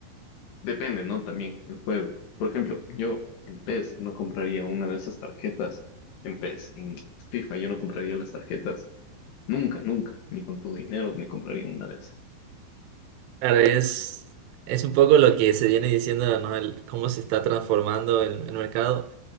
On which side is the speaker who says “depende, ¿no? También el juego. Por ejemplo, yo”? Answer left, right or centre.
Left